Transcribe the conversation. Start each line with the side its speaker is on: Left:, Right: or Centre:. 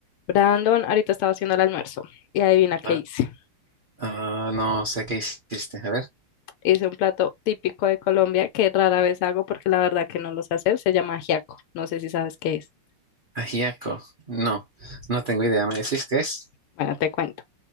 Left: Brandon ahorita estaba haciendo el almuerzo y adivina qué
Right: Ah,
Left: hice.
Right: ah, no sé qué hiciste. A ver,
Left: Hice un plato típico de Colombia que rara vez hago porque la verdad que no lo sé hacer. Se llama ajiaco. No sé si sabes qué es.
Right: ajiaco. No, no tengo idea. ¿Me decís qué es?
Left: Bueno, te cuento.